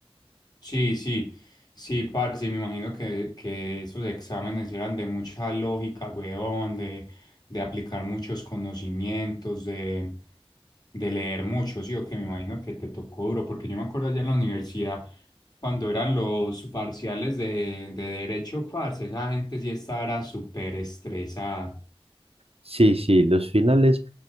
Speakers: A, on the left; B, on the right.
A: Sí, sí, sí, parce, me imagino que, que esos exámenes eran de mucha lógica, weón, de, de aplicar muchos conocimientos, de, de leer mucho, sí, o que me imagino que te tocó duro, porque yo me acuerdo allá en la universidad, cuando eran los parciales de, de derecho, parce, esa gente sí estaba era súper estresada.
B: Sí, sí, los finales,